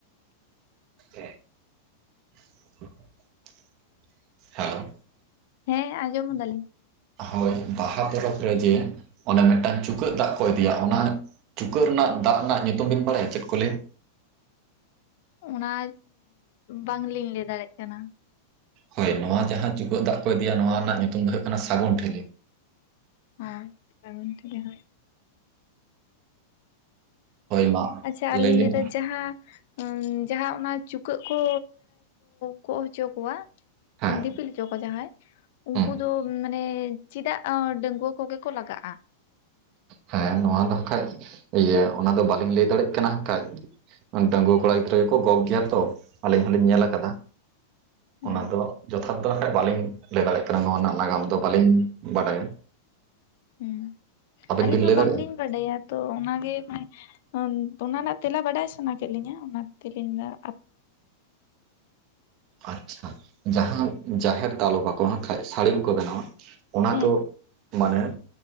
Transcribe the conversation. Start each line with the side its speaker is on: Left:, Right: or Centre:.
Right: ᱦᱮ <inaudible> <unintelligible>
Left: ᱦᱮᱸ ᱟᱸᱡᱚᱢ ᱫᱟᱞᱤᱧ᱾
Right: ᱦᱳᱭ ᱵᱟᱦᱟ ᱯᱚᱨᱚᱵᱽ ᱨᱮ ᱡᱮ ᱚᱱᱮ ᱢᱤᱫᱴᱟᱝ ᱪᱩᱠᱟᱹᱜ ᱫᱟᱜ ᱠᱚ ᱤᱫᱤᱭᱟ, ᱚᱱᱟ ᱪᱩᱠᱟᱹᱜ ᱨᱮᱱᱟᱜ ᱫᱟᱜ ᱨᱮᱱᱟᱜ ᱧᱩᱛᱩᱢ ᱵᱤᱱ ᱵᱟᱲᱟᱭᱟ ᱪᱮᱫ ᱠᱚ ᱞᱟᱹᱭᱟ?
Left: ᱚᱱᱟ ᱵᱟᱝᱞᱤᱧ ᱞᱟᱹᱭ ᱫᱟᱲᱮᱭᱟᱜ ᱠᱟᱱᱟ ᱾
Right: ᱦᱳᱭ ᱱᱚᱣᱟ ᱡᱟᱦᱟᱸ ᱪᱩᱠᱟᱹᱜ ᱫᱟᱜ ᱠᱚ ᱤᱫᱤᱭᱟ ᱱᱚᱣᱟ ᱨᱮᱱᱟᱜ ᱧᱩᱛᱩᱢ ᱫᱚ ᱦᱩᱭᱩᱜ ᱠᱟᱱᱟ ᱥᱟᱹᱜᱩᱱ ᱴᱷᱤᱞᱤ
Left: ᱦᱳᱭ ᱥᱟᱜᱩᱱ ᱴᱷᱤᱞᱤ ᱦᱳᱭ᱾
Right: ᱦᱳᱭ ᱢᱟ
Left: ᱟᱪᱷᱟ ᱟᱹᱞᱤᱧ
Right: ᱞᱟᱹᱭ ᱵᱤᱱ
Left: ᱞᱟᱹᱭᱫᱟ ᱡᱟᱦᱟᱸ ᱡᱟᱦᱟᱸ ᱚᱱᱟ ᱪᱩᱠᱟᱹᱜ ᱠᱚ ᱜᱚᱜ ᱦᱚᱪᱚ ᱠᱚᱣᱟ
Right: ᱦᱮᱸ
Left: ᱫᱤᱯᱤᱞ ᱦᱚᱪᱚ ᱠᱚᱣᱟ ᱡᱟᱦᱟᱸᱭ ᱩᱱᱠᱩ
Right: ᱦᱮᱸ
Left: ᱫᱚ ᱾ ᱢᱟᱱᱮ ᱪᱮᱫᱟᱜ ᱰᱟᱺᱜᱩᱣᱟᱹ ᱠᱚᱜᱮ ᱠᱚ ᱞᱟᱜᱟᱜᱼᱟ?
Right: ᱦᱮᱸ ᱱᱚᱣᱟ ᱫᱚᱠᱷᱟᱡ ᱤᱭᱟᱹ ᱚᱱᱟᱫᱚ ᱵᱟᱹᱞᱤᱧ ᱞᱟᱹᱭ ᱫᱟᱲᱮᱭᱟᱜ ᱠᱟᱱᱟ ᱠᱷᱟᱡ ᱾ ᱰᱟᱺᱜᱩᱣᱟᱹ ᱠᱚᱲᱟ ᱜᱤᱫᱽᱨᱟᱹ ᱜᱮᱠᱚ ᱜᱚᱜ ᱜᱮᱭᱟ ᱛᱚ, ᱟᱹᱞᱤᱧ ᱦᱚᱞᱤᱧ ᱧᱮᱞ
Left: ᱦᱳᱭ
Right: ᱟᱴᱠᱟᱫᱟ
Left: ᱦᱩᱸ
Right: ᱚᱱᱟ ᱫᱚ ᱡᱚᱛᱼᱼ <unintelligible> ᱫᱚ ᱠᱷᱟᱱ ᱵᱟᱹᱞᱤᱧ ᱞᱟᱹᱭ ᱫᱟᱲᱮᱭᱟᱜ ᱠᱟᱱᱟ ᱱᱚᱣᱟ ᱨᱮᱱᱟᱜ ᱱᱟᱜᱟᱢ ᱫᱚ ᱵᱟᱹᱞᱤᱧ ᱵᱟᱰᱟᱭᱟ᱾
Left: ᱦᱩᱸ
Right: ᱟᱵᱤᱱ
Left: ᱟᱹᱞᱤᱧ
Right: ᱵᱤᱱ
Left: ᱦᱚᱸ
Right: ᱞᱟᱹᱭ
Left: ᱵᱟᱝᱞᱤᱧ
Right: ᱫᱟᱲᱮᱭᱟᱜᱼᱟ
Left: ᱵᱟᱰᱟᱭᱟ ᱛᱚ ᱚᱱᱟᱜᱮ ᱦᱚᱸᱜ-ᱚᱭ ᱚᱱᱟ ᱨᱮᱱᱟᱜ ᱛᱮᱞᱟ ᱵᱟᱰᱟᱭ ᱥᱟᱱᱟ ᱠᱮᱫ ᱞᱤᱧᱟᱹ, ᱚᱱᱟ <unintelligible>
Right: ᱟᱪᱪᱷᱟ ᱡᱟᱦᱟᱸ ᱡᱟᱦᱮᱨ ᱫᱟᱞᱚᱵᱟᱠᱚ ᱠᱷᱟᱡ ᱥᱟᱹᱲᱤᱢ ᱠᱚᱠᱚ ᱵᱮᱱᱟᱣᱟ ᱚᱱᱟ
Left: ᱦᱮᱸ
Right: ᱫᱚ ᱢᱟᱱᱮ